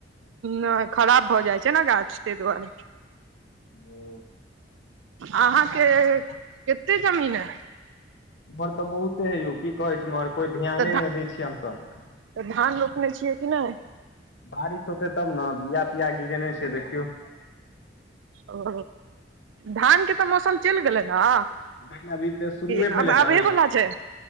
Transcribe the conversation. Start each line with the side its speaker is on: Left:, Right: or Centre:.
Right: नय खराब भऽ जाइ छै नऽ गाछ तैय दुआरे
Left: हुँ
Right: अहाँकेँ कते जमीन ऐ
Left: हमर तऽ बहुते हे यौ की कहै छी मगर कोइ धयाने
Right: तऽ धा
Left: नै दै छियै हमसभ
Right: तऽ धान रोपने छियै कि नहि?
Left: बारिश होतै तब ना बिया तिया गिरेने छीये देखियौ।
Right: ओ धानके तऽ मौसम चलि गेलै ने?
Left: नै नै अभी तऽ शुरूए
Right: कि
Left: भेलै
Right: आब आबहे
Left: ना अभी।
Right: वला छै